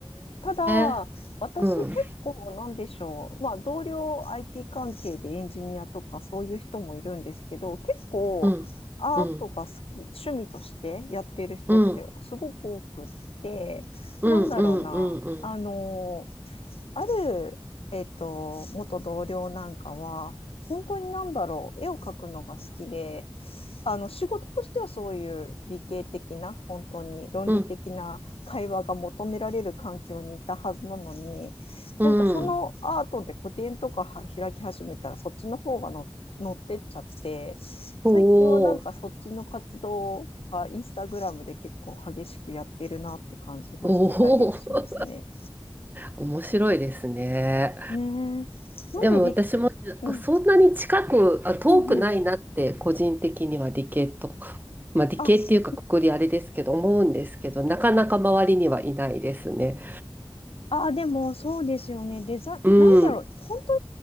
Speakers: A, on the left (about 85°); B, on the right (about 20°).
A: ただ、
B: え
A: 私結構なんでしょう。
B: うん
A: まあ、同僚 IT 関係でエンジニアとかそういう人もいるんですけど、結構アートが好き、
B: うんうん
A: 趣味としてやっている人ってすごく多くって、
B: うんうんうんうんうん
A: なんだろうな。あの、ある、えっと、元同僚なんかは、本当になんだろう、絵を描くのが好きで、あの仕事としてはそういう理系的な本当に論理的な会話が求められる環境にいたはずなのになんかそのアートで個展とかは開き始めたらそっちの方がの乗ってっちゃって
B: うんうんおお
A: 最近はなんかそっちの活動がインスタグラムで結構激しくやってるなって感じがしてたりしますね。
B: おお、面白いですね。
A: ねえなんで理、
B: でも私も
A: うん、
B: そんなに近く、あ、遠くないなって個人的には理系と、
A: うんうん
B: まあ理系っていうかくくりあれですけど思うんですけど、
A: あ、す
B: なかなか周りにはいないですね。
A: ああ、でもそうですよね。デザ、
B: うん、
A: なんだろう、
B: うん、
A: 本当